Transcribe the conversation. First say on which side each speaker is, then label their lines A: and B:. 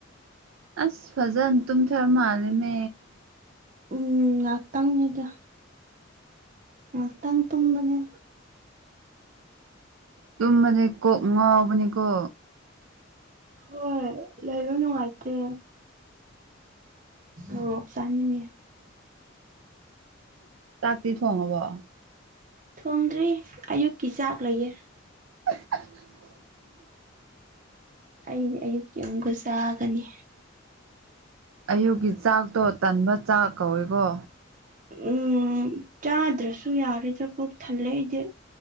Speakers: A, on the right (about 85°); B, on the right (about 40°).
A: ꯑꯁ ꯐꯖꯟ ꯇꯨꯝꯊꯔ ꯃꯥꯂꯦꯃꯦ
B: ꯎꯝ ꯉꯥꯛꯇꯪꯅꯤꯗ ꯉꯥꯛꯇꯪ ꯇꯨꯝꯕꯅꯦ
A: ꯇꯨꯝꯑꯁꯦ ꯀꯣꯛ ꯉꯥꯎꯕꯅꯤꯀꯣ
B: ꯍꯣꯏ ꯂꯩꯕ ꯅꯨꯡꯉꯥꯏꯇꯦ ꯑꫭ ꯇꯥꯅꯤꯡꯉꯦ
A: ꯆꯥꯛꯇꯤ ꯊꯣꯡꯑꯕꫭ
B: ꯊꯣꯡꯗ꯭ꯔꯤ ꯑꯌꯨꯛꯀꯤ ꯆꯥꯛ ꯂꯩꯌꯦ
A: <unintelligible>
B: ꯑꯩꯗꯤ ꯑꯌꯨꯛꯀꯤ ꯑꯃꯨꯛꯀ ꯆꯥꯒꯅꯤ꯫
A: ꯑꯌꯨꯛꯀꯤ ꯆꯥꯛꯇꯣ ꯇꯟꯕ ꯆꯥꯛ ꯀꯧꯏꯀꯣ꯫
B: ꯎꯝ ꯆꯥꯗ꯭ꯔꯁꯨ ꯌꯥꯔꯦꯗ ꯄꯨꯛ ꯊꯜꯂꯦ ꯑꯩꯗꯤ